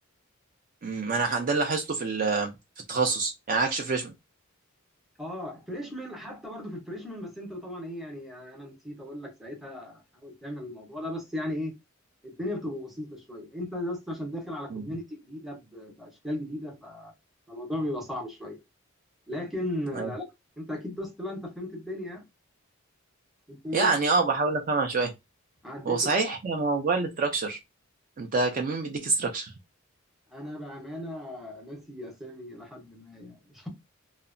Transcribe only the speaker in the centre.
اه فريشمان حتى برضو في الفريشمان بس انت طبعا ايه يعني انا نسيت اقول لك ساعتها حاول تعمل الموضوع ده بس يعني ايه الدنيا بتبقى بسيطه شويه انت بس عشان داخل على كوميونتي
جديده ب- باشكال جديده ف- فالموضوع بيبقى صعب شويه لكن آه،
لا انت اكيد دوست بقى انت فهمت الدنيا انت ايه
عديت
انا بامانه ناسي اسامي لحد ما يعني